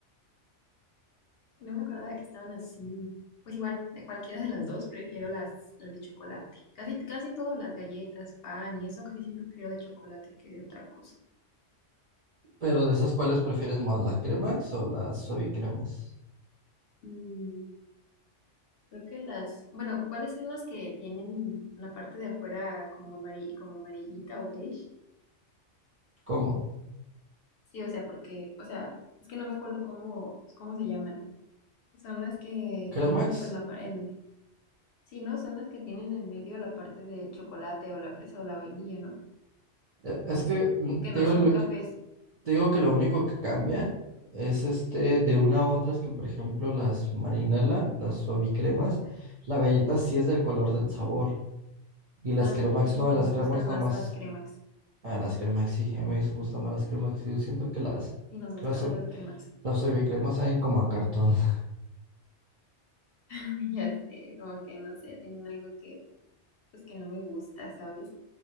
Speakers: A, on the left; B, on the right.
A: no me acordaba que estaban así. Pues igual, de cualquiera de las dos prefiero las, las de chocolate. Casi, casi en todo, las galletas, pan y eso, casi siempre prefiero de chocolate que de otra cosa.
B: Pero de esas, ¿cuáles prefieres más, las cremas o las suavicremas?
A: Mm, Creo que las, bueno, ¿cuáles son las que tienen la parte de afuera como amari- como amarillita o beige?
B: ¿Cómo?
A: Sí, o sea, porque, o sea, es que no me acuerdo cómo, cómo se llaman. Son las que
B: ¿Cremax?
A: tienen, pues, la parte, sí, ¿no? Son las que tienen en medio la parte del chocolate o la fresa o la vainilla, ¿no?
B: Eh, Es que, mm,
A: Que
B: digo,
A: no son cafés.
B: Te digo que lo único que cambia es este de una a otra es que, por ejemplo, las marinela, las suavicremas, la galleta sí es del color del sabor. Y las
A: Ah,
B: cremax
A: entonces
B: no,
A: no
B: las
A: me gustan
B: cremax nomás.
A: más las cremas
B: Ah, las cremax sí, a mí me gustan más las cremax. Yo siento que las,
A: Sí, no me gustan
B: las, sua-
A: más las cremas
B: las suavicremas saben como a cartón. <laughs>
A: <laughs> Ya sé, como que no sé, tienen algo que, pues, que no me gusta, ¿sabes?